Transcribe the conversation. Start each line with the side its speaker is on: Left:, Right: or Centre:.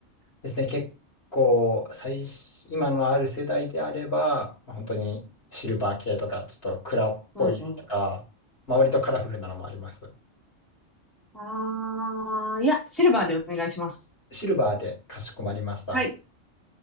Left: ですね。結構、最新、今のある世代であれば、まあ本当にシルバー系とか、ちょっと蔵っぽいとか、
Centre: うんうん。
Left: まあ、割とカラフルなのもあります。
Centre: ああ、いや、シルバーでお願いします。
Left: シルバーでかしこまりました。
Centre: はい。